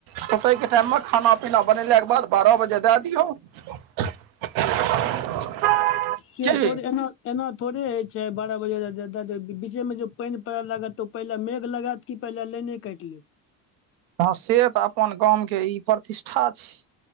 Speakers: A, on the right; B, on the left.
A: सुतै के टाइम मे खाना पीना बनेलाक के बाद बारह बजे दए दियो <inaudible>
B: के
A: की
B: थोड़े एना एना थोड़े होय छै बारह बजे बीचे मे जो पानि पड़ै लागत तो ओ पहिले मेघ लगेत की पहिले लाइने काइट लेत
A: ह से तऽ अपन गाम के ई प्रतिष्ठा छि